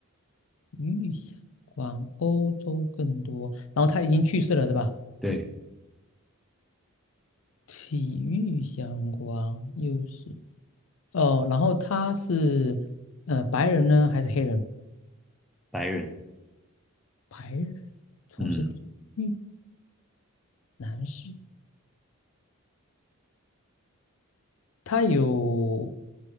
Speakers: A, on the left; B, in the centre.
A: 与相关，欧洲更多。然后他已经去世了，对吧？
B: 对，
A: 体育相关又是哦，然后他是呃白人呢，还是黑人？
B: 白人，
A: 白人从事体育，
B: 嗯
A: 男士。他有